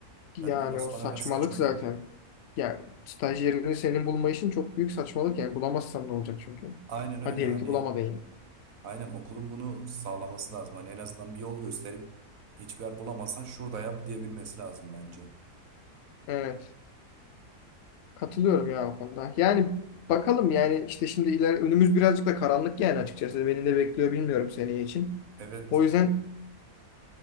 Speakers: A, on the left (about 70°); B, on the right (about 65°).
A: Yani
B: Ben orası
A: o
B: bana
A: saçmalık
B: biraz saçma
A: zaten.
B: geliyor.
A: Yani staj yerini senin bulma işin çok büyük saçmalık yani. Bulamazsan ne olacak çünkü.
B: Aynen öyle
A: Hadi diyelim
B: hani
A: ki bulamadın yani.
B: aynen okulun bunu sağlaması lazım. Hani en azından bir yol gösterip hiçbir yer bulamazsan şurada yap diyebilmesi lazım bence.
A: Evet. Katılıyorum ya o konuda. Yani bakalım yani işte şimdi iler önümüz birazcık da karanlık yani açıkçası. Beni ne bekliyor bilmiyorum seneye için.
B: Evet
A: O yüzden
B: hani